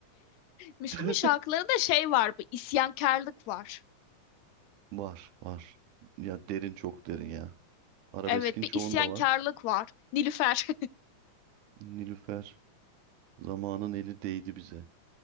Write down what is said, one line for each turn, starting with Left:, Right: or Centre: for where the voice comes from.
Left: Müslüm'ün
Right: <laughs>
Left: şarkılarında şey var, bir isyankarlık var.
Right: Var var. Ya derin çok derin ya. Arabeskin
Left: Evet, bir
Right: çoğunda
Left: isyankarlık
Right: var.
Left: var. Nilüfer. <laughs>
Right: Nilüfer. Zamanın eli değdi bize.